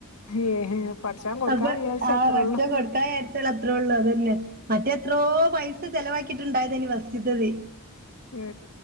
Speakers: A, on the left (about 80°); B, on the right (about 40°).
A: ഏ പഠച്ചാൻ കൊടുക്കാൻ
B: അപ്പൊ
A: വിചാരിച്ച
B: ആ
A: അത്രേ
B: വടിച്ച
A: ഒള്ളൂ
B: കൊടുത്താ അത്രേ ഉള്ളൂ അത് തന്നെ മറ്റെത്രോ പൈസ ചെലവാക്കിയിട്ടുണ്ടായതെനി വസ്ച്ച്ത്തത്.
A: ഏ